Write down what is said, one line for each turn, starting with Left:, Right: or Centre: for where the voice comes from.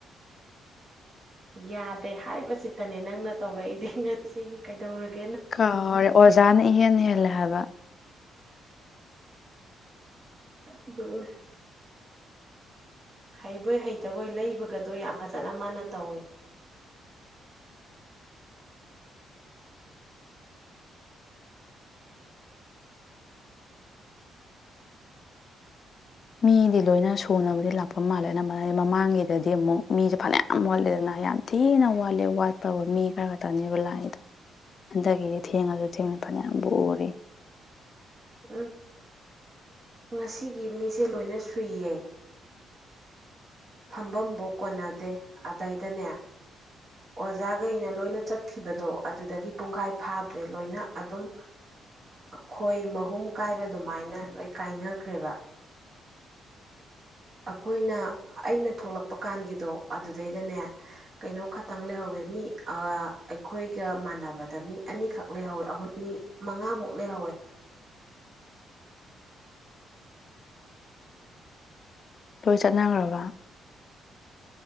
Right: ꯌꯥꯗꯦ ꯍꯥꯏꯕꯁꯤꯇꯅꯦ ꯅꯪꯅ ꯇꯧꯔꯛꯏꯁꯦ ꯉꯁꯤꯒꯤ ꯀꯩꯗꯧꯔꯒꯦ꯫
Left: ꯀꯔꯦ ꯑꯣꯖꯥꯅ ꯏꯍꯦꯟꯅ ꯍꯦꯜꯂꯦ ꯍꯥꯏꯕ
Right: ꯑꯗꯨꯅ ꯍꯩꯕꯣꯏ ꯍꯩꯇꯕꯣꯏ ꯂꯩꯕꯒꯗꯣ ꯌꯥꯝ ꯐꯖꯅ ꯃꯥꯅ ꯇꯧꯋꯦ
Left: <inaudible> ꯃꯤꯗꯤ ꯂꯣꯏꯅ ꯁꯨꯅꯕꯗꯤ ꯂꯥꯛꯄ ꯃꯥꯜꯂꯦ ꯅꯝꯕꯅꯗꯤ ꯃꯃꯥꯡꯒꯤꯗꯗꯤ ꯑꯃꯨꯛ ꯃꯤꯁꯦ ꯐꯅꯌꯥꯝ ꯋꯥꯠꯂꯦꯗꯅ ꯌꯥꯝ ꯊꯤꯅ ꯋꯥꯠꯂꯦ ꯋꯥꯠꯄꯕ ꯃꯤ ꯈꯔ ꯈꯛꯇꯅꯦꯕ ꯂꯥꯏꯗꯣ ꯍꯟꯛꯗꯒꯤꯗꯤ ꯊꯦꯡꯉꯁꯨ ꯊꯦꯡꯅ ꯐꯅꯌꯥꯝꯕꯨ ꯎꯔꯤ
Right: ꯎ ꯉꯁꯤꯒꯤ ꯃꯤꯁꯦ ꯂꯣꯏꯅ ꯁꯨꯏꯌꯦ ꯐꯝꯕꯕꯨ ꯀꯣꯟꯅꯗꯦ ꯑꯗꯩꯗꯅꯦ ꯑꯣꯖꯥꯈꯩꯅ ꯂꯣꯏꯅ ꯆꯠꯈꯤꯕꯗꯣ ꯑꯗꯨꯗꯒꯤ ꯄꯨꯡꯈꯥꯏ ꯐꯥꯗ꯭ꯔꯦ ꯂꯣꯏꯅ ꯑꯗꯨꯝ ꯈꯣꯏ ꯃꯍꯨꯝ ꯀꯥꯏꯕ ꯑꯗꯨꯃꯥꯏꯅ ꯂꯣꯏ ꯀꯥꯏꯅꯈ꯭ꯔꯦꯕ
Left: <inaudible>
Right: ꯑꯩꯈꯣꯏꯅ ꯑꯩꯅ ꯊꯣꯛꯂꯛꯄ ꯀꯥꯟꯒꯤꯗꯣ ꯑꯗꯨꯗꯩꯗꯅꯦ ꯀꯩꯅꯣ ꯈꯇꯪ ꯂꯩꯍꯧꯋꯤ ꯃꯤ ꯑꯩꯈꯣꯏꯒ ꯃꯥꯟꯅꯕꯗ ꯃꯤ ꯑꯅꯤꯈꯛ ꯂꯩꯍꯧꯋꯤ ꯑꯍꯨꯝ ꯑꯅꯤ ꯃꯉꯥꯃꯨꯛ ꯂꯩꯍꯧꯋꯦ
Left: <unintelligible> ꯂꯣꯏ ꯆꯠꯅꯈ꯭ꯔꯕ